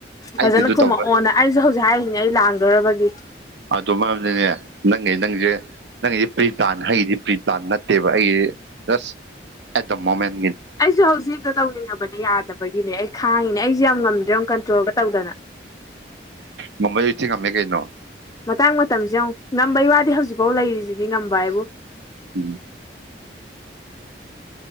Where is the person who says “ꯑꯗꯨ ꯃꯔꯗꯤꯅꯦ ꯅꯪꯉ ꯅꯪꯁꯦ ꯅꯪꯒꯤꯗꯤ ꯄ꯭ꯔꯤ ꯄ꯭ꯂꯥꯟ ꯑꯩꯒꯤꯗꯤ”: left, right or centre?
Right